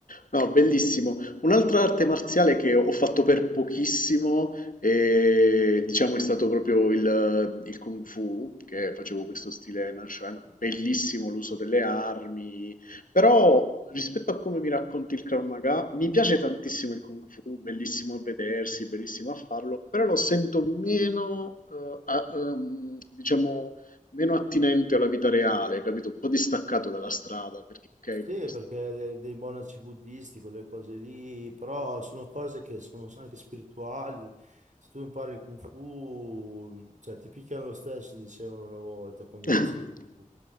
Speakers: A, on the left (about 80°); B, on the right (about 65°).
A: No, bellissimo. Un'altra arte marziale che ho fatto per pochissimo, eh, diciamo, è stato proprio il, il Kung Fu, che facevo questo stile Nanshan. Bellissimo l'uso delle armi, però rispetto a come mi racconti il Krav Maga, mi piace tantissimo il Kung Fu, bellissimo a vedersi, bellissimo a farlo, però lo sento meno, eh, a- ehm, diciamo meno attinente alla vita reale, capito? Un po' distaccato dalla strada, perché ok,
B: Sì,
A: fai questo.
B: perché dei, dei monaci buddisti, quelle cose lì, però sono cose che sono anche spirituali. Se tu impari il Kung Fu, cioè ti picchiano lo stesso, dicevano una volta quando
A: <laughs>
B: facevi il Kung Fu.